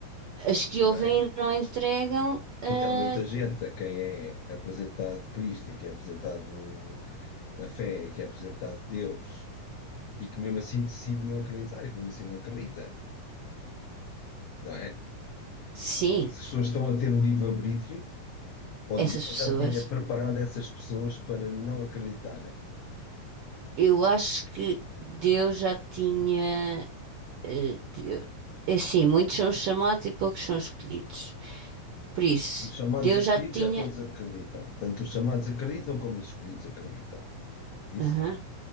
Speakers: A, on the right (about 80°); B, on the left (about 75°).
A: As que
B: não
A: ouvem
B: é?
A: e não entregam, ah,
B: Porque há muita gente a quem é apresentado Cristo e que é apresentado a fé e que é apresentado Deus e que mesmo assim decide não acreditar e que mesmo assim não acredita, não é?
A: sim,
B: Essas pessoas estão a ter livre-arbítrio, ou
A: essas
B: Deus
A: pessoas.
B: já tinha preparado essas pessoas para não acreditarem.
A: Eu acho que Deus já tinha. eh, Deu- é assim, muitos são os chamados e poucos são os escolhidos. Por isso,
B: Os chamados
A: Deus
B: e os
A: já
B: escolhidos
A: tinha.
B: já todos acreditam. Tanto os chamados acreditam como os escolhidos acreditam. Portanto, isso-
A: Aham,